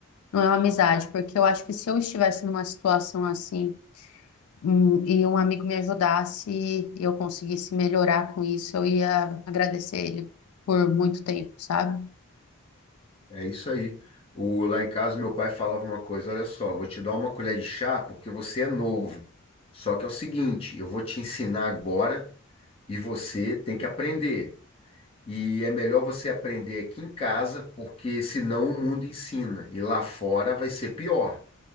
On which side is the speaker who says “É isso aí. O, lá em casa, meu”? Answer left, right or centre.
Left